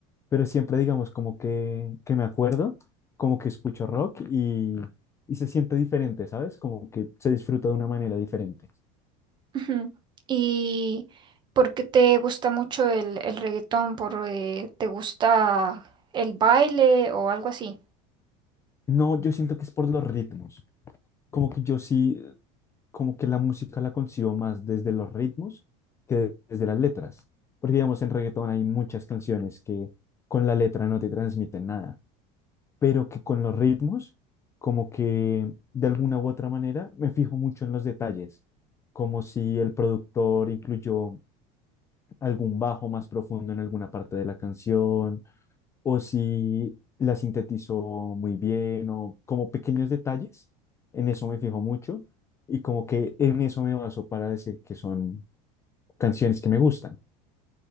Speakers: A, on the left; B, on the right.
A: pero siempre digamos como que, que me acuerdo, como que escucho rock y, y se siente diferente, ¿sabes? Como que se disfruta de una manera diferente.
B: Ujú. ¿Y por qué te gusta mucho el, el reggaetón? ¿Por, eh, te gusta el baile o algo así?
A: No, yo siento que es por los ritmos como que yo sí como que la música la consigo más desde los ritmos que desde las letras. Porque, digamos, en reggaetón hay muchas canciones que con la letra no te transmiten nada, pero que con los ritmos, como que de alguna u otra manera, me fijo mucho en los detalles, como si el productor incluyó algún bajo más profundo en alguna parte de la canción o si la sintetizó muy bien, o como pequeños detalles, en eso me fijo mucho y como que en eso me baso para decir que son canciones que me gustan.